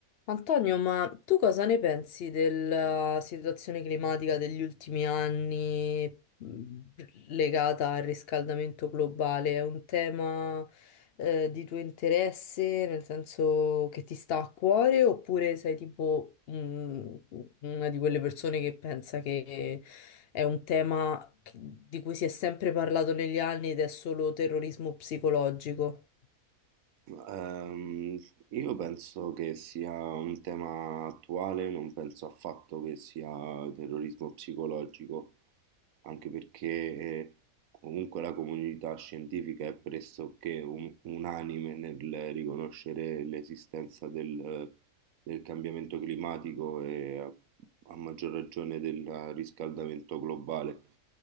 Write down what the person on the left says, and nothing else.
Antonio, ma tu cosa ne pensi della situazione climatica degli ultimi anni mh, legata al riscaldamento globale? È un tema, eh, di tuo interesse, nel senso che ti sta a cuore, oppure sei tipo, mh, una di quelle persone che pensa che è un tema che- di cui si è sempre parlato negli anni ed è solo terrorismo psicologico?